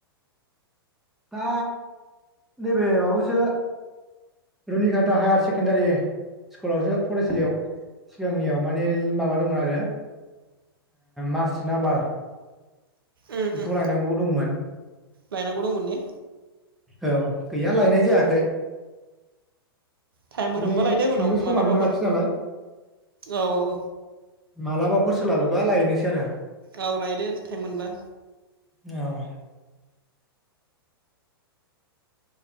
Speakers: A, in the centre; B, on the right.
A: दा नैबे माबायावसो रुनिकाटा हायार सेकेणडारि स्कुलावसो फरायसालियाव सिगांनियाव माने माबा दंमोन आरो मार्च नाम्बार
B: उम
A: बेखौ
B: उम
A: लायनांगौ दंमोन
B: लायनांगौ दंमोन ने
A: औ गैया लायनाय जायाखै
B: टाइमफोर
A: माने
B: मोनबा लायदो
A: थांनो
B: उनाव
A: समानो
B: मालाबाफोर
A: मोनाखिसै नालाय
B: औ औ
A: मालाबाफोर सोलाबोबा लायनोसै आरो
B: औ लायदो टाइम मोनबा
A: औ